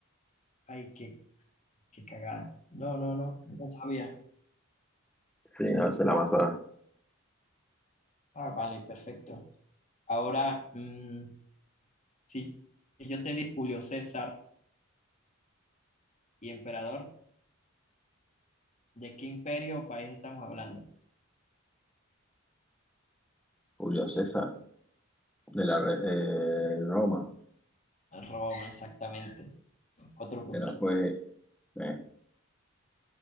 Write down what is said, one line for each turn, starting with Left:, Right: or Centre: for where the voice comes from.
Left: Ay, qué, qué cagada. No, no, no, no sabía.
Centre: Sí, no, es el Amazonas.
Left: Ah, vale, perfecto. Ahora, mm, si yo te digo Julio César y emperador, ¿de qué imperio o país estamos hablando?
Centre: Julio César, de la re- de Roma,
Left: Roma, exactamente. Otro puntito.
Centre: pero fue... eh,